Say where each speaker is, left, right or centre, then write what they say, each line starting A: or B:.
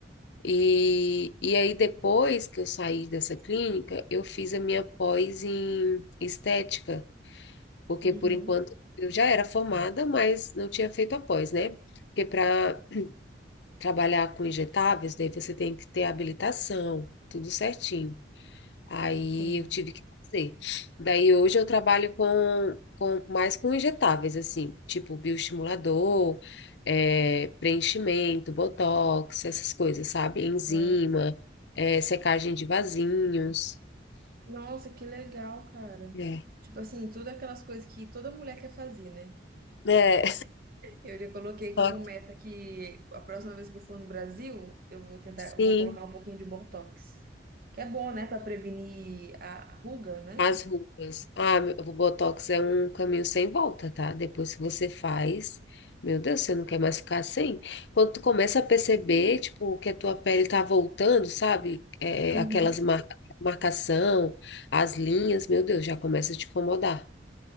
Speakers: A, on the left; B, on the right.
A: E, e aí, depois que eu saí dessa clínica, eu fiz a minha pós em estética, porque
B: Uhum,
A: por enquanto eu já era formada, mas não tinha feito a pós, né? Porque para trabalhar com injetáveis, daí você tem que ter habilitação, tudo certinho. Aí
B: sim.
A: eu tive que fazer. Daí hoje eu trabalho com, com mais com injetáveis, assim, tipo bioestimulador, é, preenchimento, botox, essas coisas, sabe? Enzima,
B: Ah,
A: é, secagem de vasinhos.
B: Nossa, que legal, cara.
A: É.
B: Tipo assim, tudo aquelas coisas que toda mulher quer fazer, né?
A: É,
B: Eu já coloquei
A: <laughs>
B: como
A: só que
B: meta que a próxima vez que eu for no Brasil, eu vou tentar,
A: Sim.
B: eu vou colocar um pouquinho de Botox. Que é bom, né, Pra prevenir a a ruga, né?
A: As rugas. Ah, meu- o Botox é um caminho sem volta, tá? Depois que você faz, meu Deus, você não quer mais ficar sem. Quando tu começa a perceber, tipo, que a tua pele tá voltando, sabe? É,
B: Uhum.
A: aquelas mar... marcação, as linhas, meu Deus, já começa a te incomodar.